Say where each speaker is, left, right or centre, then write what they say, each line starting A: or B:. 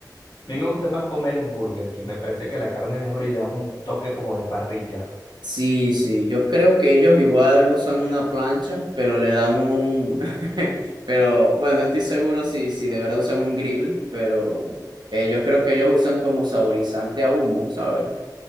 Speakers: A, on the left; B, on the right.
A: mí me gusta más comer en Burger King. Me parece que la carne es mejor y le hago un toque como de parrilla.
B: Sí, sí, yo creo que ellos igual usan una plancha, pero le dan un, <laughs> pero bueno, estoy seguro si, si de verdad usan un grill, pero eh, yo creo que ellos usan como saborizante a humo, ¿sabes?